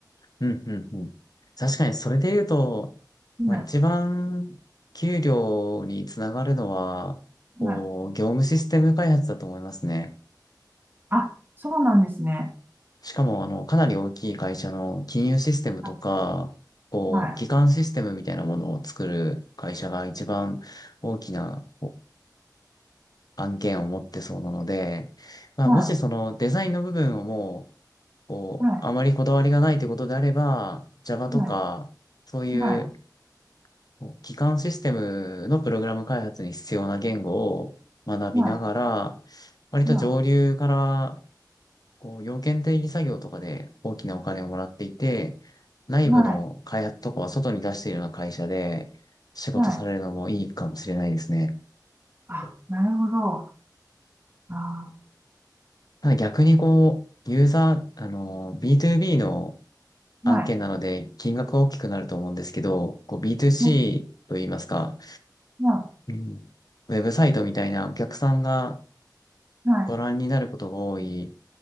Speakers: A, on the left (about 60°); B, on the right (about 30°).
A: うん、うん、うん。確かにそれで言うと、
B: は
A: まあ、一番給料につながるのは、こう、
B: い、はい。
A: 業務システム開発だと思いますね。
B: あ、そうなんですね。
A: しかも、あの、かなり大きい会社の金融システムとか、
B: はい、
A: こう、
B: はい、
A: 基幹システムみたいなものを作る会社が一番大きなこう案件を持ってそうなので、まあ、
B: は
A: もしそのデザインの部分をもう、こう、
B: い、はい、
A: あまりこだわりがないということであれば、Java とか、
B: はい、
A: そういう
B: はい、
A: こう基幹システムのプログラム開発に必要な言語を学びながら、
B: はい、
A: 割と上流から
B: はい、
A: こう要件定義作業とかで大きなお金をもらっていて、内部の開発とかは外に出しているような会社で仕事されるのもいいかもしれないですね。
B: はい、はい。あ、なるほど。あ
A: ただ逆にこう、ユーザー、あの、B2B の案件なので金額は大きくなると思うんですけど、
B: はい、
A: こう B2C
B: は
A: と言いますか、
B: い、
A: うんウェブサイトみたいなお客さんが
B: はい、
A: ご覧になることが多い